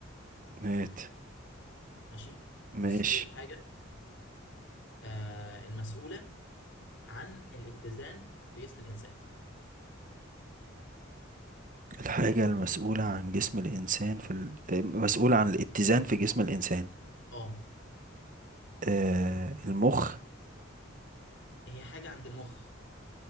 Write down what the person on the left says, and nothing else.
ماشي
بص ايه الحاجه آه المسؤوله عن الاتزان في جسم الانسان
اه
هي حاجه عند المخ